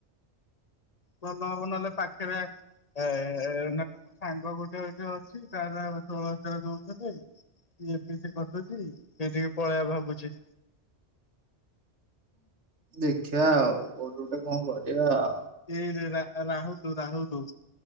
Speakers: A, on the left; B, on the right.
A: ଭଲ ହବ ନହେଲେ ପାଖେରେ ଏ- ଏ - ଏ - ଏ ନହେଲେ ମୋ ସାଙ୍ଗ ଗୋଟେ ଏଠି ଅଛି ତାର ଷୋହଳ ହଜାର ଦଉଛନ୍ତି। ଏମିତି କଟୁଛି ସେଇଠିକି ପଳେଇବା ଭାବୁଚି।
B: ଦେଖିଆ ଆଉ, କୋଉଠି ଗୋଟେ କଣ କରିବା ଆଉ
A: ଏଇରେ ରା-ରାହୁଲୁ, ରାହୁଲୁ